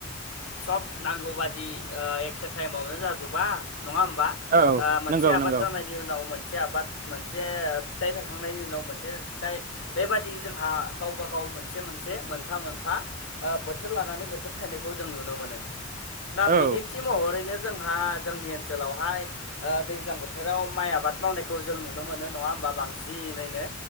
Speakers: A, on the left (about 75°); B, on the right (about 40°).
A: सब नांगौबादि ओ एखे टाइमावनो जाजोबा नङा होमबा?
B: औ
A: ओ मोनसे
B: नंगौ
A: आबाद
B: नंगौ
A: जानायनि उनाव मोनसे आबाद मोनसे फिथाइ थायखांनायनि उनाव मोनसे फिथाइ बेबादि जोंहा गावबा गाव मोनसे मोनसे मोन मोनफा मोनफा ओ बोथोर लानानै बोथोर थायनायखौ जों नुनो मोनो दा
B: औ
A: बिदिनो न्थि महरैनो जोंहा जोंनि ओनसोलावहाय ओ दैज्लां बोथोराव माइ आबाद मावनायखौ जों नुनो मोनो नङा होमबा बां सिनैनो